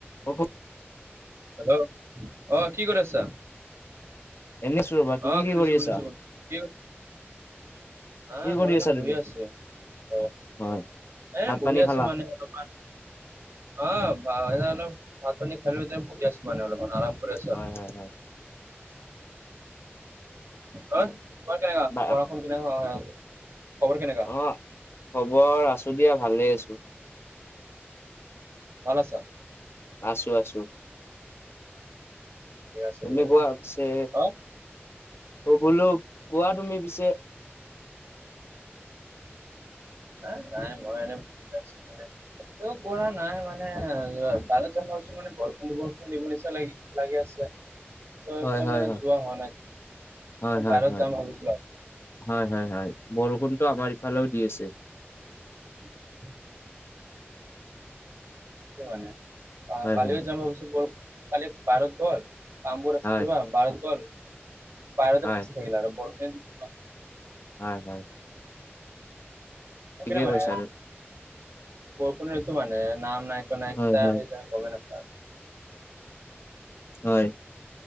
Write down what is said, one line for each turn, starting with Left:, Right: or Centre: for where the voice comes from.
Left: হহ <inaudible>
Right: hello আহ কি কৰি আছা?
Left: এনে আছো ৰ'বা তুমি
Right: আহ
Left: কি
Right: শুনিছো
Left: কৰি
Right: শুনিছো
Left: আছা
Right: কি আহ
Left: কি কৰি
Right: মইনে?
Left: আছা
Right: বহি
Left: তুমি
Right: আছো অ',
Left: হয়
Right: এ
Left: ভাত
Right: বহি
Left: পানী
Right: আছো
Left: খালা
Right: মানে অলপমান। অ', এ অলপ ভাত পানী খাই লৈ বহি আছো মানে অলপমান আৰাম। কৰি আছো
Left: হয়
Right: আৰু
Left: হয় হয়।
Right: অ', তোমাৰ কেনেকুৱা
Left: বা
Right: পঢ়া শুনা কেনেকা আছে খবৰ কেনেকা?
Left: অ', খবৰ আছো দিয়া ভালে আছো।
Right: ভাল আছা?
Left: আছো আছো,
Right: ঠিকে আছে
Left: তুমি
Right: দিয়া।
Left: কোৱা পিছে
Right: অ
Left: অ', বোলো কোৱা তুমি পিছে। <inaudible>
Right: হা নাই মই এনে আছোঁ।
Left: <inaudible>
Right: ত কৰা নাই মানে বাৰত যন্ছো মানে বৰষুণ বৰষুণ দিব নিচিনা লাগে <unintelligible> লাগি আছে
Left: হয়
Right: তনে
Left: হয়
Right: মানে
Left: হয়
Right: যোৱা হোৱা নাই
Left: হয় হয়
Right: বাহিৰত
Left: হয়
Right: যাম ভাবিছিলো আৰু।
Left: হয় হয় হয়, বৰষুণটো আমাৰ ইফালেও দি আছে।
Right: <inaudible> কি মানে আহা
Left: হয়
Right: কালিও
Left: হয়
Right: যাম ভাবিচোন কালি বাৰত গল কামবোৰ আছে
Left: হয়
Right: কিবা বাৰত গল বাহৰতে
Left: হয়
Right: ফাঁচি থাকিল আৰু বৰপিন <inaudible>
Left: হয় হয়। ঠিকে
Right: তনে মানে
Left: কৈছা আৰু
Right: ক টো মানে নাম নায়িক নায়া
Left: হয় হয়
Right: আহি য গমে ন <unintelligible> <inaudible>
Left: হয়।